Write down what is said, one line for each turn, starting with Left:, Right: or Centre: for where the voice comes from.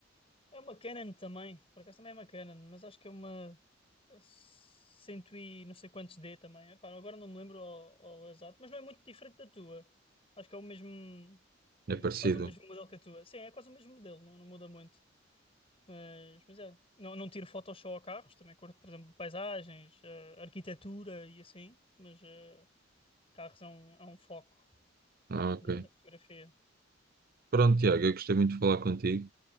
Left: É uma Canon também. Por acaso também é uma Canon, mas acho que é uma. Cento e não sei quantos D também. Epá, agora não me lembro ao, ao exato, mas não é muito diferente da tua. Acho que é o mesmo.
Right: É
Left: é
Right: parecido?
Left: quase o mesmo modelo que a tua. Sim, é quase o mesmo modelo, não, não muda muito. Mas, mas é. Não, não tiro fotos só a carros, também curto, por exemplo, de paisagens, eh, arquitetura e assim. Mas eh, carros é um, é um foco
Right: Ah, ok.
Left: de- da fotografia.
Right: Pronto, Tiago, eu gostei muito de falar contigo.